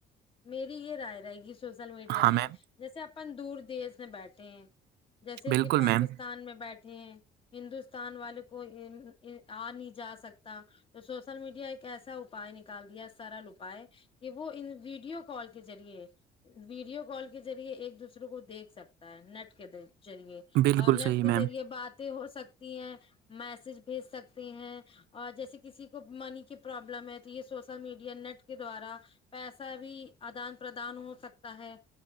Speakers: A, on the left; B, on the right.
A: میری یہ رائے رہے گی سوشل میڈیا
B: ہاں
A: میں
B: میم
A: جیسے اپن دور دیش میں بیٹھے ہیں جیسے
B: بالکل
A: کہ پاکستان
B: میم
A: میں بیٹھے ہندوستان والے کو آ نہیں جا سکتا تو سوشل میڈیا ایک ایسا اپائے نکال دیا سرل اپپائے کہ وہ ان ویڈیو کال کے ذریعے ویڈیو کال کے ذریعے ایک دوسرے کو دیکھ سکتا ہے نیٹ کے ذریعے
B: بالکل
A: اور نیٹ
B: صحیح
A: کے
B: میم
A: ذریعے باتیں ہو سکتی ہیں میسج بھیج سکتے ہیں اور جیسے کسی کو منی کی پرابلم ہے تو یہ سوشل میڈیا نیٹ کے دوارا پیسہ بھی آدان پردان ہو سکتا ہے